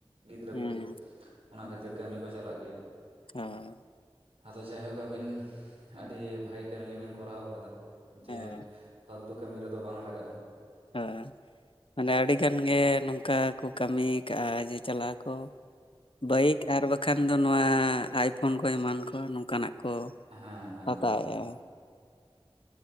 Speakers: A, on the right (about 80°); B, on the left (about 65°).
A: ᱜᱤᱫᱽᱨᱟᱹ
B: ᱦᱩᱸ
A: ᱠᱚᱣᱟᱜ ᱚᱱᱟ ᱠᱷᱟᱹᱛᱤᱨ ᱠᱟᱹᱢᱤ ᱠᱚ ᱪᱟᱞᱟᱜ ᱜᱮᱭᱟ
B: ᱦᱩᱸ
A: ᱟᱫᱚ ᱡᱟᱭᱦᱳᱠ ᱟᱹᱵᱤᱱ ᱟᱹᱰᱤ ᱵᱷᱟᱜᱮ ᱠᱟᱹᱢᱤ ᱜᱮᱵᱤᱱ ᱠᱚᱨᱟᱣ ᱠᱟᱫᱟ ᱡᱮ
B: ᱦᱮᱸ
A: ᱯᱷᱟᱹᱞᱛᱩ ᱠᱟᱹᱢᱤ ᱨᱮᱫᱚ ᱵᱟᱝ ᱞᱟᱜᱟᱜᱼᱟ
B: ᱦᱳᱭ ᱢᱟᱱᱮ ᱟᱹᱰᱤ ᱜᱟᱱ ᱜᱮ ᱱᱚᱝᱠᱟ ᱠᱚ ᱠᱟᱹᱢᱤ ᱠᱟᱜᱼᱟ ᱡᱮ ᱪᱟᱞᱟᱜ ᱟᱠᱚ ᱵᱟᱭᱤᱠ ᱟᱨ ᱵᱟᱠᱷᱟᱱ ᱫᱚ ᱱᱚᱣᱟ ᱟᱭᱯᱷᱳᱱ ᱠᱚ ᱮᱢᱟᱱ ᱠᱚ ᱱᱚᱝᱠᱟ ᱱᱟᱜ ᱠᱚ
A: ᱦᱮᱸ ᱦᱮᱸ
B: ᱦᱟᱛᱟᱣᱮᱫᱼᱟ
A: ᱦᱮᱸ ᱦᱮᱸ